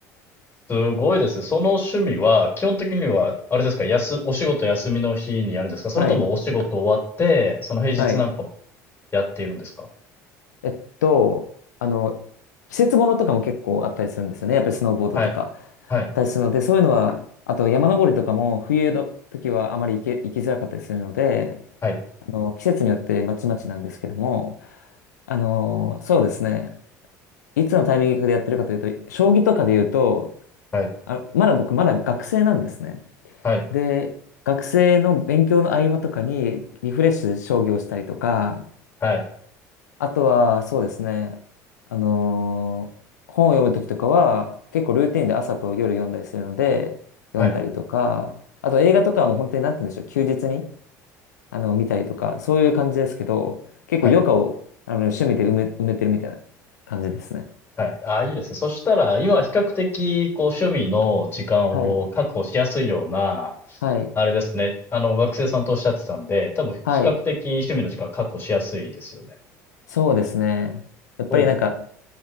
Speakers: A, on the left; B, on the left.
A: すごいですね。その趣味は、基本的には、あれですか、やす、お仕事休みの日にやるんですかそれともお仕事終わって、
B: はい。
A: その平日なんかも
B: はい。
A: やっているんですか
B: えっと、あの、季節ものとかも結構あったりするんですよね。やっぱりスノーボードとかあ
A: はい、はい、
B: ったりするので、そういうのは、あと山登りとかも冬の時はあまり行け、行きづらかったりするので、
A: はい、
B: あの、季節によってまちまちなんですけども、あの、そうですね。いつのタイミングでやってるかというと、将棋とかで言うと、
A: はい、
B: あ、まだ僕まだ学生なんですね。
A: はい、
B: で、学生の勉強の合間とかにリフレッシュで将棋をしたりとか、
A: はい、
B: あとは、そうですね。あのー本を読むときとかは、結構ルーティンで朝と夜読んだりするので、読んだりとか、
A: はい、
B: あと映画とかはもう本当になんて言うんでしょう、休日に、あの、見たりとか、そういう感じですけど、結構余暇を、
A: はい、
B: あの、趣味で埋め、埋めてるみたいな感じですね。
A: はい。ああ、いいですね。そしたら、今は比較的、こう、趣味の時間を確保しやすいような、
B: はい。はい。
A: あれですね。あの、学生さんとおっしゃってたんで、多分比較的趣味の時間確保しやすいですよね。
B: はい。そうですね。やっぱりなんか、
A: そうですよね。